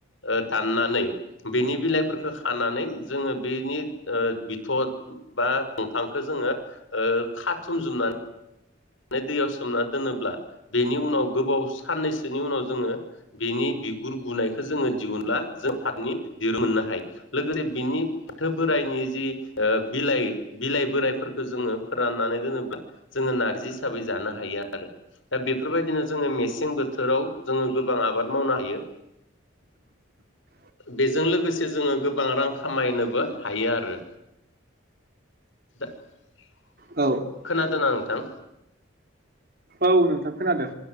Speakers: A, on the left; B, on the right.
A: ओ दाननानै बेनि बिलाइफोरखौ खानानै जोङो बेनि बिथ बा दंफांखो जोङो ओ खाथुम जुमनानै माने दैयाव सोमना दोनोब्ला बेनि उनाव गोबाव साननैसोनि उनाव जोङो बेनि बिगुर गुनायखौ जोङो दिहुनब्ला जों फाथोनि दिरुं मोननो हायो लोगोसे बिनि फाथो बोराइ नि जि ओ बिलाइ बिलाइ बोरायफोरखो जोङो फोराननानै दोनोब्ला जोङो नारजि हिसाबै जानो हायो आरो दा बेफोर बायदिनो जोङो मेसें बोथोराव जोङो गोबां आबाद मावनो हायो
B: <inaudible>
A: बेजों लोगोसे जोङो गोबां रां खामायनोबो हायो आरो <unintelligible>
B: औ
A: खोनादोना नोंथां
B: औ नोंथां खोनादों